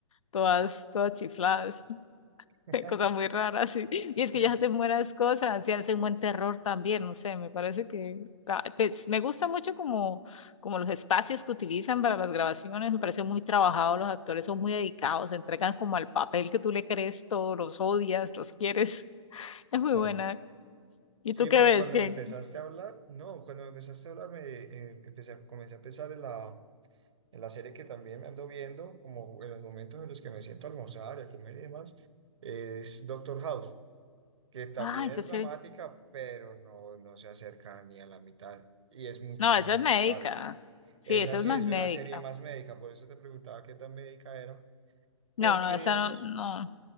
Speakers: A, on the left (about 75°); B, on the right (about 60°).
A: todas, todas chifladas. <laughs>
B: <laughs>
A: Cosa muy rara, sí. Y es que ellos hacen
B: Sí,
A: buenas cosas y hacen buen terror también, no sé, me parece que ah, pues, me gusta mucho como, como los espacios que utilizan para las grabaciones, me parece muy trabajado, los actores son muy dedicados, se entregan como al papel que tú le crees todo, los odias, los quieres, <laughs> es muy
B: claro.
A: buena. ¿Y
B: Sí,
A: tú qué
B: porque
A: ves?
B: cuando
A: que
B: me empezaste a hablar, no, cuando me empezaste a hablar, me eh, empecé a- comencé a pensar en la, en la serie que también me ando viendo, como en los momentos en los que me siento a almorzar y a comer y demás, es Doctor House. que también
A: Ah, esa
B: es
A: serie-
B: dramática, pero no, no se acerca ni a la mitad y es muchísimo
A: No, esa es médica.
B: más larga.
A: Sí,
B: Esa
A: esa
B: sí
A: es más
B: es
A: médica.
B: una serie más médica, por eso te preguntaba qué tan médica era, porque
A: No, no, esa
B: digamos,
A: no,